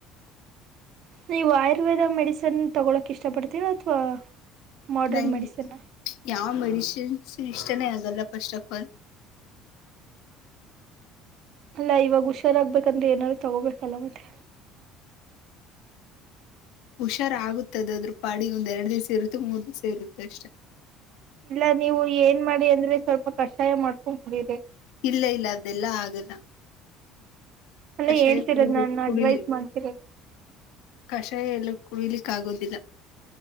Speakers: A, on the right; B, on the left.
A: ನೀವು ಆಯುರ್ವೇದ ಮೆಡಿಸಿನ್ ತಗೊಳಕ ಇಷ್ಟ ಪಡ್ತೀರ ಅಥವಾ ಮಾಡ್ರನ್
B: ನಂಗಗೆ
A: ಮೆಡಿಸನ್
B: ಯಾವ ಮಡಷ ಶ್ರ ಇಷ್ಟಠನ ಆಗಲ್ಲ ಫಸ್ಟ್ ಫ್ ಆಲ್
A: ಅಲ್ಲಾ ಇವಾಗ ಹುಷಾರಾಗ್ಬೇಕಂದ್ರೆ ಏನಾರರು ತಗೋಬೇಕಲ್ಲ ಮತ್ತೆ
B: ಹುಷಾರ್ ಆಗುತ್ತದದ್ರರು ಪಾಡಿಗೆ ಒಂದ್ ಎರಡು ದಿವ್ಸ ಇರುತ್ತೆ ಮೂರ್ ದಿವ್ಸ ಇರುತ್ತೆ ಅಷ್ಟೇ
A: ಇಲ್ಲ ನೀವು ಏನ್ ಮಾಡಿ ಅಂದ್ರೆ ಸ್ವಲ್ಪ ಕಷಾಯ ಮಾಡ್ ಪುಕಡಿರೆ
B: ಇಲ್ಲ ಇಲ್ಲ ಅದೆಲ್ಲಾ ಆಗಲ್ಲ
A: ಅಲ್ಲ
B: ಕಷಾಯ
A: ಹೇಳ್ತಿರೋದ್
B: ಕುಡಲಿ
A: ನಾನ್
B: ಕುಡಿಲಿ
A: ಅಡ್ವೈಸ್ ಮಾಡ್ತಿರೋದು
B: ಕಷಾಯ ಎಲ್ಲ ಕುಡಿಲಿಕ್ಕ ಆಗೋದಿಲ್ಲ